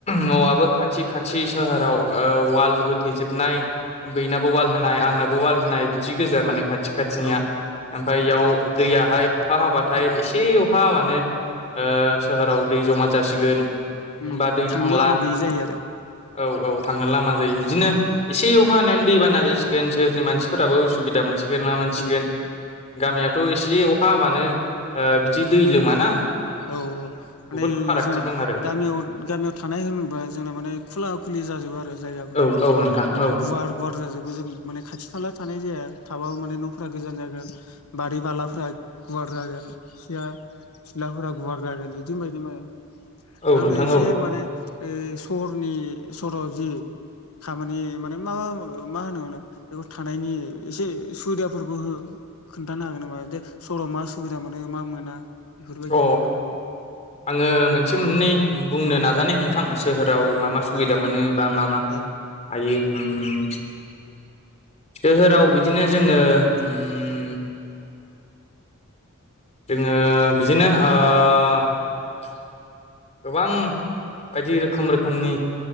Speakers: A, on the left; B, on the left.
A: न'आबो खाथि खाथि सोहोराव वाल होथेेजोबनाय बैनाबो वाल होनाय आंनाबो वाल होनाय बिदि गोजा माने खाथि खाथिनिया
B: औ
A: ओमफाय
B: औ
A: इयाव दैयाहाय अखा हाबाथाय एसे अखा हाबानो ओ सोहोराव दै जमा जासिगोन
B: ओम
A: बा दै
B: थांनो
A: थांला
B: लामा गैयि जायो आरो
A: औ औ थांनो लामा जायो बिदिनो एसे अखा हानायावानो दैबाना जासिगोन सोरनि मानसिफोराबो उसुबिदा मोनसि गोन मा मोनसिगोन
B: औ
A: गामियावथ'
B: उम
A: एसे अखा हाबानो बिदि दै लोमाना?
B: औ औ माने
A: बुहुद फारागथि
B: जोंना
A: दं आरो
B: गामियाव गामियाव थानाय होनबा जोंना माने खुला खुलि जाजोबो आरो जायगाफोरा
A: औ औ नोंथां
B: माने
A: औ
B: गुवार गुवार जाजो जों खाथि खाला थानाय जाया थाबाबो माने न'फोरा गोजान जागोन बारि बालाफ्रा गुवा ड्रागोन सेया सिथ्लाफोरा गुवार जागोन बिदि बायदि मा
A: औ
B: आंनो
A: नोंथां
B: एसे
A: औ
B: माने ओ सहरनि सराव जि खामानि माने मा मा होनो मोनो बेखौ थानायनि एसे सुबिदाफोरबो हो खोन्थानो हागोन नामा? दे सहराव मा सुबिदा मोनो मा मोना। बेफोरबायदि
A: अ
B: खोथाखौ
A: आङो मोनसे मोननै बुंनो नाजानाय नोंथां सोहो आव मा मा सुबिदा
B: ओ
A: मोनो बा मा मा
B: ओ
A: हायो ओम सोहोराव बिदिनो जोङो ओम जोङो बिदिनो आ गोबां बायदि रोखोम रोखोमनि